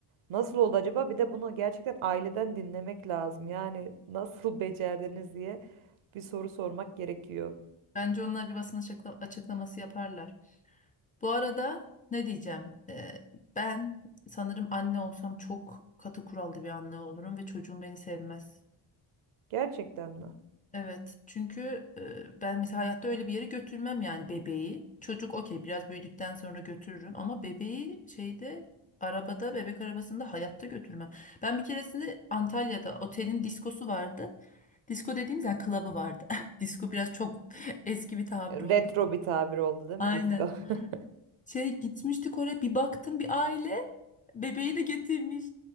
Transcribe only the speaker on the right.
Nasıl oldu acaba? Bir de bunu gerçekten aileden dinlemek lazım. Yani nasıl <laughs> becerdiniz diye bir soru sormak gerekiyor.
Gerçekten mi?
Retro
bir tabir oldu değil
mi disco? <laughs>